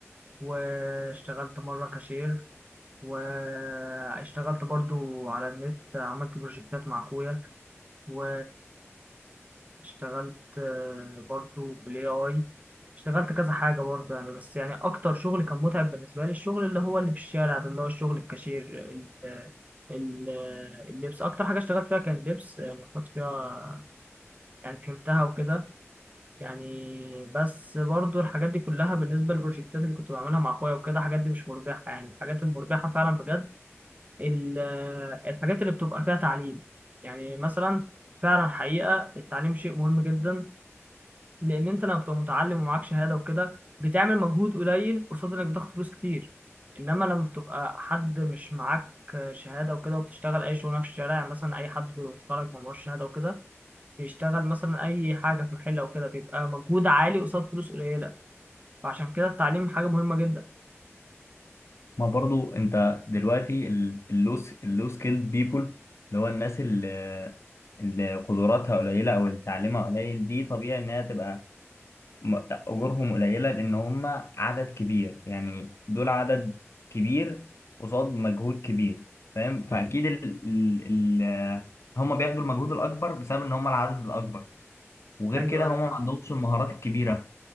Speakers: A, on the right (about 30°); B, on the left (about 65°).
A: واشتغلت مرة كاشير واشتغلت برضو على النت عملت بروجكتات مع اخويا و اشتغلت آه، برضو بالاي اي اشتغلت كذا حاجة برضو يعني بس يعني اكتر شغل كان متعب بالنسبة لي الشغل اللي هو اللي في الشارع ده اللي هو الشغل الكاشير ال- ال- اللبس اكتر حاجة اشتغلت فيها كان لبس يعني كنت فيها يعني فهمتها وكده يعني بس برضو الحاجات دي كلها بالنسبة للبروجكتات اللي كنت بعملها مع اخويا وكده الحاجات دي مش مربحة يعني الحاجات المربحة فعلا بجد ال- الحاجات اللي بتبقى فيها تعليم يعني مثلا فعلا حقيقة التعليم شيء مهم جدا لان انت لما بتبقى متعلم ومعاك شهاده وكده بتعمل مجهود قليل قصاد انك ضغط فلوس كتير انما لما بتبقى حد مش معاك شهاده وكده وبتشتغل اي شغلانه في الشارع يعني مثلا اي حد بيبقى متخرج ما معهوش شهاده وكده بيشتغل مثلا اي حاجه في محل او كده بيبقى مجهود عالي قصاد فلوس قليله فعشان كده التعليم حاجه مهمه جدا
B: ما برضو انت دلوقتي اللو اللو سكيلد بيبول اللي هو الناس اللي اللي قدراتها قليله او اللي تعليمها قليل دي طبيعي انها تبقى م- اجورهم قليله لان هم عدد كبير يعني دول عدد كبير قصاد مجهود كبير فاهم مم. فاكيد ال ال ال هم بياخدوا المجهود الاكبر بسبب ان هم العدد الاكبر وغير
A: ايوه
B: كده
A: ايوه
B: هم ما
A: فاهم
B: عندهمش المهارات الكبيره